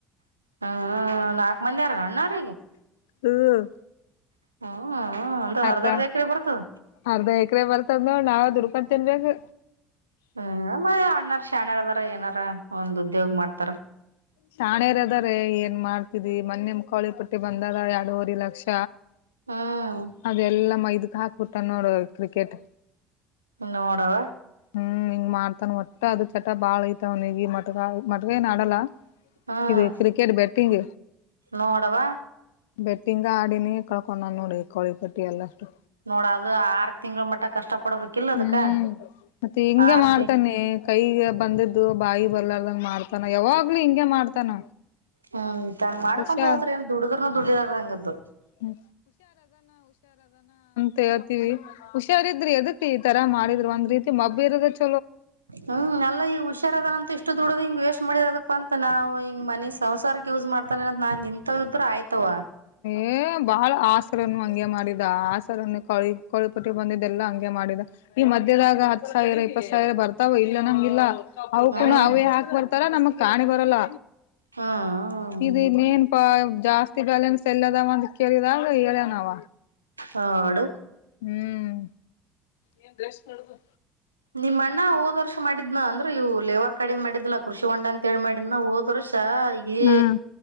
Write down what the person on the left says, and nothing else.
ಹ್ಮ್
ಅರ್ಧ
ಅರ್ಧ ಎಕರೆ ನೋಡ್ ನಾವು ದುಡ್ಕೊಂಡ್ ತಿನ್ಬೇಕು
ಶಾಣೆರ್ ಅದಾರೆ ಏನ್ ಮಾಡ್ತಿದಿ ಮನ್ನೆಮ್ಮ ಕೋಳಿ ಪಟ್ಟಿ ಬಂದದ ಎರಡೂವರೆ ಲಕ್ಷ
ಅದೆಲ್ಲಾ ಮೈದು ಹಾಕ್ಬಿಟ್ಟಾ ನೋಡ ಕ್ರಿಕೆಟ್
ಹ್ಮ್ ಹಿಂಗ್ ಮಾಡ್ತನ್ ಒಟ್ಟ ಅದ ಚಟ ಬಾಳ್ ಐತವನಿಗೆ ಮಟ್ಗ ಮಟ್ಗ ಏನ್ ಆಡಲ್ಲ
ಇದು ಕ್ರಿಕೆಟ್ ಬೆಟ್ಟಿಂಗ್
ಬೆಟ್ಟಿಂಗ್ ಗಾಡಿನ ಕಳ್ಕೊಂಡ ನೋಡಿ ಕೋಳಿ ಪಟ್ಟಿ ಎಲ್ಲ ಅಷ್ಟು
ಹ್ಮ್ ಮತ್ತೆ ಹಿಂಗೆ
ಮಾಡ್ತಾನೆ ಕೈಗೆ ಬಂದಿದ್ದು ಬಾಯಿ ಬರ್ಲಾರದಂಗ ಮಾಡ್ತಾನ ಯಾವಾಗ್ಲುೂ ಹಿಂಂಗ ಮಾಡ್ತಾನ
ಹುಷಾರ್
ಹ್ಮ ತೇಳ್ತೀವಿ ಹುಷಾರಿದ್ರ ಎದಕ್ ಈ ತರ ಮಾಡಿದರ ಒಂದು ರೀತಿ ಮಬ್ಬಿರದ ಚೊ
ಏ ಬಾಳ ಆಸರನ್ನು ಹಂಗೆ ಮಾಡಿದ ಆಸರನ್ನು ಕ ಕಳಿಪಟ್ಟಿ ಬಂದಿದ್ದಲ್ಲ ಹಂಗೆ ಮಾಡಿದ ಈ ಮಧ್ಯದಾಗ ಹತ್ತು ಸಾವಿರ ಫಸ್ಟ್ ರಾಗ ಬರ್ತಾವ ಇಲ್ಲ ಅನ್ನಂಗಿಲ್ಲ ಅವುಕೂನ
ಅವೇ ಹಾಕ್ ಬರ್ತಾರಾ ನಮಗ ಕಾಣಿ ಬರಲ್ಲ
ಇದು ಮೇನ್ ಪ ಜಾಸ್ತಿ ಬ್ಯಾಲನ್ಸ್ ಎಲ್ಲದವ ಅಂತ ಕೇಳಿದ ಅವ ಹೇಳಿನವ
ಹ್ಮ್ ಏನ್ ಡೆಸ್ ಮಾಡುದು
ಹ್ಮ್